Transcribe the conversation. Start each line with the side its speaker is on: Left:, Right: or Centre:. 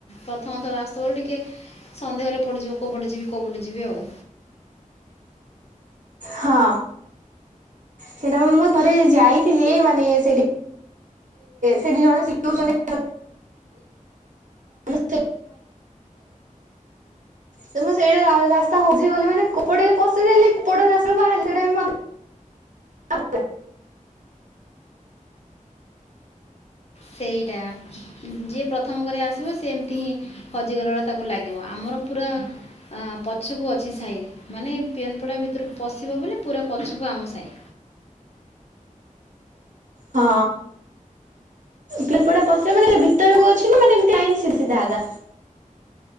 Left: ପ୍ରଥମଥର ଆସିଥିବ ଟିକେ ସନ୍ଧେହରେ ପଡ଼ିଯିବ କଉ ପଟେ ଯିବି କେଉଁ ପଟେ ଯିବି ଆଉ
Right: ହଁ ସେଟା ମୁଁ ଥରେ ଯାଇଥିଲି ମାନେ ସେଠି ସେଠି ଜଣେ ଶିଖଉଛନ୍ତି ତ ତମେ ସେଇଠି ରା ରା ରାସ୍ତା ହଜିଗଲି ମାନେ କୁପଡେ ପଶିଦେଲି କୁପଡେ ରାସ୍ତାକୁ ବାହାରିଲି ସେଇଟା ବି <unintelligible>
Left: ସେଇଟା ଯିଏ ପ୍ରଥମ କରି ଆସିବ ସେ ଏମିତି ହିଁ ହଜିଗଲା ବଳିଆ ତାକୁ ଲାଗିବ ଆମର ପୁରା ଆଁ ପଛକୁ ଅଛି ସାହି ମାନେ ପିଅନପଡ଼ା ଭିତରକୁ ପଶିବ ବୋଲି ପୁରା ପଛକୁ ଆମ ସାହି।
Right: ହଁ ପିଅନ ପଡା ପସିବ ମାନେ ଭିତରକୁ ଅଛି ନାଁ ମାନେ ଏମତି ଆଇନ ସି ସିଧାଗା।